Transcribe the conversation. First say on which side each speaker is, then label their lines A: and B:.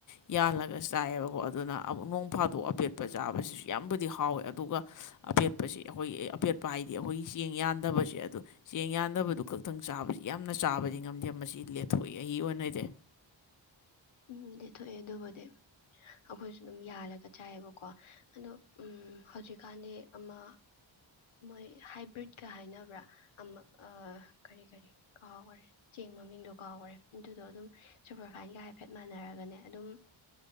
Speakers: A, on the left; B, on the left.
A: ꯌꯥꯜꯂꯒ ꯆꯥꯏꯌꯦꯕꯀꯣ ꯑꯗꯨꯅ ꯑꯃꯨꯛ ꯅꯣꯡ ꯐꯥꯗꯣꯛ ꯑꯄꯦꯠꯄ ꯆꯥꯕꯁꯤꯁꯨ ꯌꯥꯝꯕꯨꯗꯤ ꯍꯥꯎꯋꯦ ꯑꯗꯨꯒ ꯑꯄꯦꯠꯄꯁ ꯑꯩꯈꯣꯏꯒꯤ ꯑꯄꯦꯠꯄ ꯍꯥꯏꯗꯤ ꯑꯩꯈꯣꯏꯒꯤ ꯆꯦꯡ ꯌꯥꯟꯗꯕꯁꯦ ꯑꯗꯨ ꯆꯦꯡ ꯌꯥꯟꯗꯕꯗꯨ ꯈꯛꯇꯪ ꯆꯥꯕꯁꯤ ꯌꯥꯝꯅ ꯆꯥꯕꯗꯤ ꯉꯝꯗꯦ ꯃꯁꯤ ꯂꯦꯊꯣꯛꯏ ꯑꯩ ꯑꯣꯏꯅꯗꯤ
B: ꯎꯝ ꯂꯦꯊꯣꯛꯑꯦ ꯑꯗꯨꯕꯨꯗꯤ ꯑꯩꯈꯣꯏꯁꯨ ꯑꯗꯨꯝ ꯌꯥꯜꯂꯒ ꯆꯥꯏꯌꯦꯕꯀꯣ ꯑꯗꯣ ꯎꯝ ꯍꯧꯖꯤꯛꯀꯥꯟꯗꯤ ꯑꯃ ꯃꯣꯏ ꯍꯥꯏꯕ꯭ꯔꯤꯠꯀ ꯍꯥꯏꯅꯕ꯭ꯔꯥ ꯑꯃ ꯑꯥ ꯀꯔꯤ ꯀꯔꯤ ꯀꯥꯎꯒꯔꯦ ꯆꯦꯡ ꯃꯃꯤꯡꯗꯨ ꯀꯥꯎꯒꯔꯦ ꯑꯗꯨꯗꯣ ꯑꯗꯨꯝ ꯁꯨꯄꯔꯐꯥꯏꯟꯅꯦꯒ ꯍꯥꯏꯕ ꯍꯥꯏꯐꯦꯠ ꯃꯥꯟꯅꯔꯒꯅꯦ ꯑꯗꯨꯝ